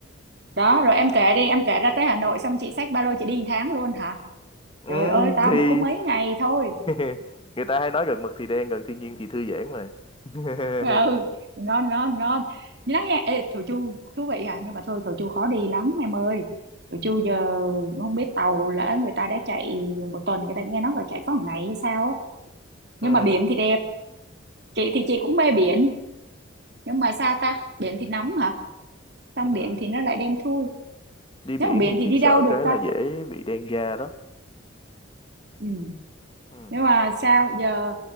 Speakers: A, on the right; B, on the left.
A: đó rồi em kể đi em kể ra tới Hà Nội xong chị xách ba lô chị đi một tháng luôn hả
B: Ừ,
A: trời ơi tao
B: thì
A: được có mấy ngày thôi
B: <laughs> người ta hay nói gần mực thì đen, gần thiên nhiên thì thư giãn mà. <laughs>
A: Ờ, ừ ngon ngon ngon như đó nha ê Thổ Chu thú vị à nhưng mà thôi Thổ Chu khó đi lắm em ơi Thổ Chu giờ không biết tàu lỡ người ta đã chạy một tuần người ta nghe nói là chạy có một ngày hay sao ấy nhưng
B: Ừ.
A: mà biển thì đẹp chị thì chị cũng mê biển nhưng mà sao ta biển thì nóng hả xong
B: Ừ.
A: biển thì nó lại đen thui
B: đi biển
A: nếu mà biển
B: thì
A: thì
B: chỉ
A: đi
B: sợ
A: đâu được
B: cái
A: ta
B: là dễ bị đen da đó
A: ừ.
B: ừ.
A: nhưng mà sao giờ